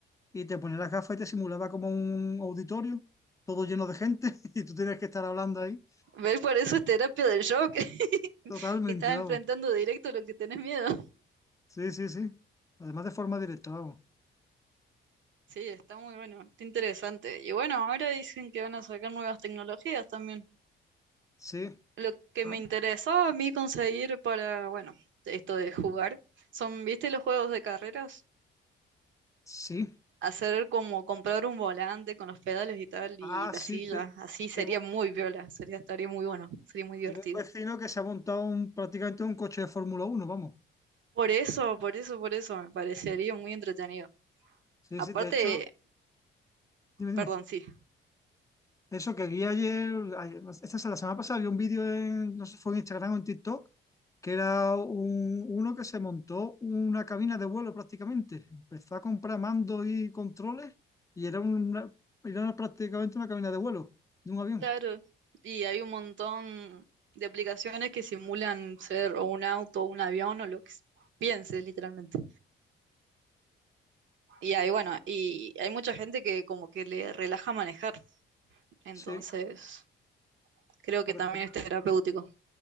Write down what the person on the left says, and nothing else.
y te ponía las gafas y te simulaba como un auditorio, todo lleno de gente <laughs> y tú tenías que estar hablando ahí.
Totalmente,
vamos.
Sí, sí, sí. Además de forma directa, vamos.
Sí,
ah,
sí.
Ah,
sí.
te-
Tengo,
tengo un vecino que se ha montado un, prácticamente un coche de Fórmula uno vamos.
Sí,
sí. De hecho, dime, dime.
Eso que vi ayer, ayer- esta es la semana pasada, vi un vídeo en, no sé si fue en Instagram o en TikTok, que era un- uno que se montó una cabina de vuelo prácticamente. Empezó a comprar mandos y controles y era, una, era una- prácticamente una cabina de vuelo de un avión.
Sí,
por,
ej-